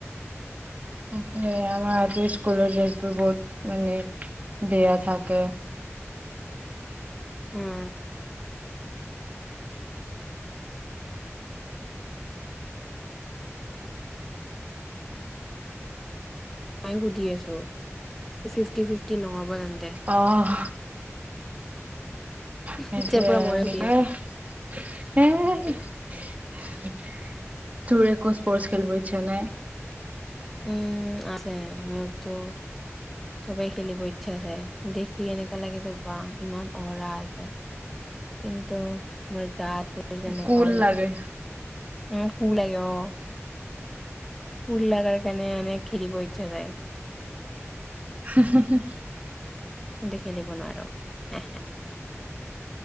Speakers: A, on the right; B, in the centre.
A: আমাৰ আজি স্কুলৰ ড্ৰেছবোৰ বহুত মানে বেয়া থাকে
B: উম সুধি আছো ফিফটি ফিফটি নহ'ব তেন্তে।
A: অহ সেইটোৱে
B: এতিয়াৰ
A: সেই
B: পৰা মইয়ে
A: কি
B: সুধি
A: কয়
B: আছো
A: উমহ তোৰ একো স্পৰ্টছ খেলিব ইচ্ছা নাই
B: উম আছে মোৰতো চবেই খেলিব ইচ্ছা আছে দেখি এনেকা লাগি যে বা ইমান অৰা আছে কিন্তু মোৰ গা টো যেনেকুৱা
A: কুল
B: উইক
A: লাগে
B: উম কু লাগে অ কোল লগাৰ কাৰণে মানে খেলিব ইচ্ছা জেগায়
A: হোম হোম হোম
B: কিন্তু খেলিব নোৱাৰো এহে